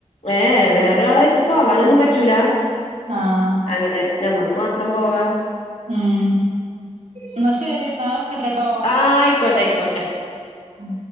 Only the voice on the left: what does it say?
ഏഹ് വേറെൊരാളെ വെച്ച് പോകാനൊന്നും പറ്റൂല
അങ്ങനെ. ഞമ്മക്ക് മാത്രം പോവാ.
ആഹ് ആയിക്കോട്ടെ ആയിക്കോട്ടെ